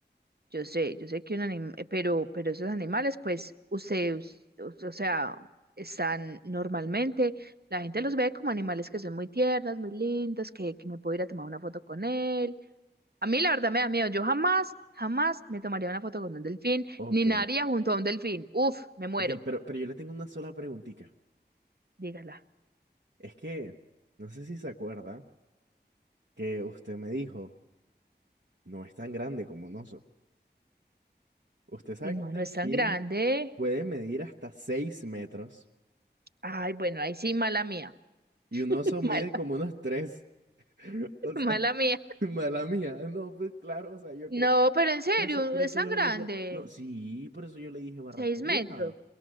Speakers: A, on the right (about 60°); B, on the right (about 80°).
A: Yo sé, yo sé que un animal, pero, pero esos animales, pues, ustedes, o o sea, están normalmente, la gente los ve como animales que son muy tiernos, muy lindos, que, que me puedo ir a tomar una foto con él. A mí la verdad me da miedo, yo jamás, jamás me tomaría una foto con un delfín,
B: Ok,
A: ni nadaría junto a un delfín. Uf, me muero,
B: Ok, pero, pero yo le tengo una sola preguntita.
A: dígala.
B: Es que, no sé si se acuerda que usted me dijo, no es tan grande como un oso. Usted sabe
A: Y no,
B: que un
A: no
B: delfín
A: es tan grande.
B: puede medir hasta 6 metros
A: Ay, bueno, ahí sí, mala mía,
B: y un
A: <laughs>
B: oso
A: mala,
B: mide como unos 3. <laughs> O
A: mala
B: sea,
A: mía.
B: <laughs> mala mía. No, pues claro, o sea, yo
A: No,
B: que...
A: pero en serio,
B: Por eso, por
A: es
B: eso
A: tan
B: yo le
A: grande,
B: dije, no, sí, por eso yo le dije barracuda.
A: seis metros.